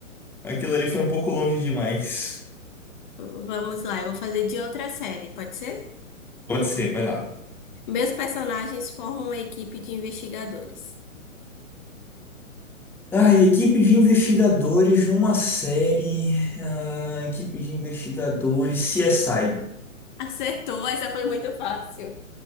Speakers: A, in the centre; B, on the left (about 35°).
A: Aquilo ali foi um pouco longe demais.
B: Vamos lá, eu vou fazer de outra série, pode ser?
A: Pode ser, vai lá.
B: Meus personagens formam uma equipe de investigadores.
A: Ah, e equipe de investigadores numa série. Ah, equipe de investigadores CSI.
B: <laughs> Acertou, essa foi muito fácil.